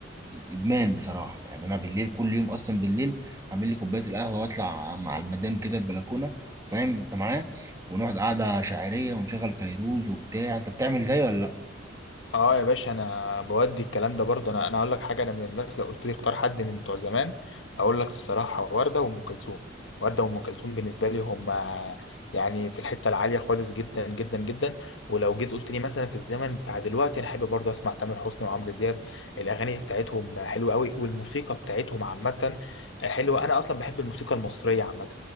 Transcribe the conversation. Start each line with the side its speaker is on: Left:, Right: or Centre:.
Right: ادمان بصراحه يعني انا بالليل كل يوم اصلا بالليل اعمل لي كوبايه القهوه واطلع مع المدام كده البلكونه فاهم انت معايا ونقعد قعده شاعريه ونشغل فيروز وبتاع انت بتعمل زي ولا لا
Left: اه يا باشا انا بودي الكلام ده برضه انا انا اقول لك حاجه انا من الناس لو قلت لي اختار حد من بتوع زمان اقول لك الصراحه ورده وام كلثوم ورده وام كلثوم بالنسبه لي هم يعني في الحته العاليه خالص جدا جدا جدا ولو جيت قلت لي مثلا في الزمن بتاع دلوقتي انا احب برضه اسمع تامر حسني وعمرو دياب الاغاني بتاعتهم حلوه قوي والموسيقى بتاعتهم عامه حلوه انا اصلا بحب الموسيقى المصريه عامه